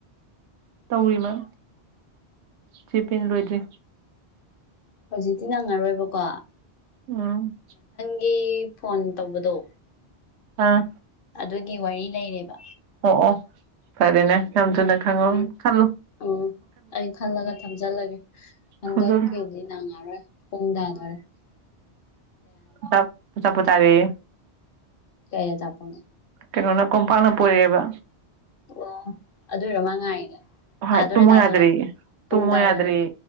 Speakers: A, on the right; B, on the left.
A: ꯇꯧꯔꯤꯃ ꯆꯦ ꯄꯦꯅ ꯂꯣꯏꯗ꯭ꯔꯤ
B: ꯍꯧꯖꯤꯛꯇꯤ ꯅꯪꯉꯔꯣꯏꯕꯀꯣ
A: ꯎꯝ
B: ꯑꯦ ꯐꯣꯟ ꯇꯧꯕꯗꯣ
A: ꯑꯥ
B: ꯑꯗꯨꯒꯤ ꯋꯥꯔꯤ ꯂꯩꯔꯦꯕ
A: ꯑꯣ ꯑꯣ ꯐꯔꯦꯅꯦ ꯌꯥꯝ ꯊꯨꯅ ꯈꯪꯉꯣ
B: ꯎꯝ
A: ꯈꯜꯂꯣ
B: ꯎꯝ ꯑꯩ ꯈꯜꯂꯒ ꯊꯝꯖꯜꯂꯒꯦ ꯍꯟꯗꯛꯀꯤꯗꯤ
A: ꯍꯧꯖꯜꯂꯨ
B: ꯅꯪꯉꯔꯣꯏ ꯄꯨꯡ ꯇꯥꯗꯔꯦ ꯎ
A: ꯁꯞ ꯆꯞ ꯄꯨꯇꯥꯔꯦ
B: ꯀ ꯆꯄꯅ
A: ꯀꯩꯅꯣꯅ ꯀꯝꯄꯥꯟꯅ ꯄꯨꯔꯛꯑꯦꯕ
B: ꯑꯣ ꯑꯗꯨꯔ ꯃꯉꯥꯏꯒ
A: ꯍꯣꯏ
B: ꯇꯥꯗꯔꯦ
A: ꯇꯨꯝꯃꯨ
B: ꯇꯥꯗꯔꯦ
A: ꯌꯥꯗ꯭ꯔꯦꯌꯦ
B: ꯄꯨꯡ
A: ꯇꯨꯝꯃꯨ
B: ꯇꯥꯗꯔꯦ
A: ꯌꯥꯗ꯭ꯔꯦꯌꯦ